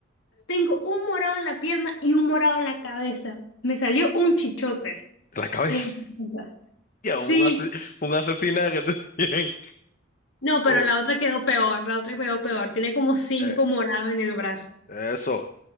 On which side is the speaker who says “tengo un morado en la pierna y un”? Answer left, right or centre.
Left